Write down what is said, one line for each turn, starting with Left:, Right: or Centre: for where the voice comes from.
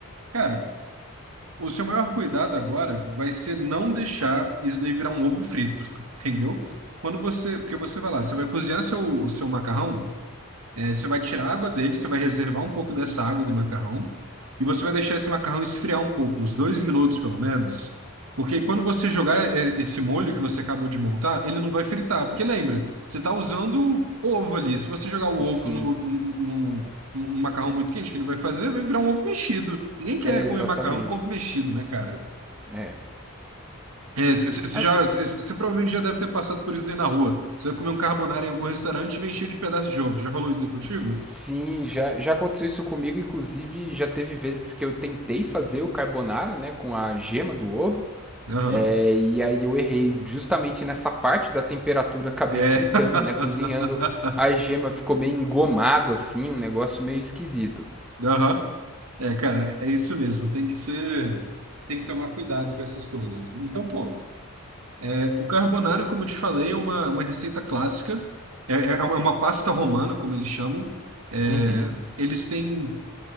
Right: Cara, o seu maior cuidado agora vai ser não deixar isso daí virar um ovo frito, <laughs> entendeu? Quando você, porque você vai lá, você vai cozinhar seu, o seu macarrão, é, você vai tirar a água dele, você vai reservar um pouco dessa água do macarrão e você vai deixar esse macarrão esfriar um pouco, uns dois minutos pelo menos, porque quando você jogar é, esse molho que você acabou de montar, ele não vai fritar, porque lembra, você está usando ovo ali. Se você jogar o ovo
Centre: Sim,
Right: no, no, no- no macarrão muito quente, o que ele vai fazer? Vai virar um ovo mexido. Ninguém quer
Centre: é exatamente.
Right: comer macarrão com ovo mexido, né, cara?
Centre: É.
Right: É, Você
Centre: Ah,
Right: já, você provavelmente já deve ter passado por isso aí na rua. Você vai comer um carbonara em algum restaurante e vem cheio de pedaços de ovo. Já rolou isso aí contigo?
Centre: Sim, já, já aconteceu isso comigo. Inclusive, já teve vezes que eu tentei fazer o carbonara, né, com a gema do ovo.
Right: Aham.
Centre: É, e aí eu errei justamente nessa parte da temperatura, acabei
Right: É.
Centre: fritando,
Right: <laughs>
Centre: né, cozinhando a gema, ficou meio engomado assim, um negócio meio esquisito.
Right: Aham. É, cara, é isso mesmo. Tem que ser. Tem que tomar cuidado com essas coisas. Então, pô, é, o carbonara, como eu te falei, é uma, uma receita clássica. É, é é uma pasta romana, como eles chamam. É,
Centre: Uhum.
Right: eles têm,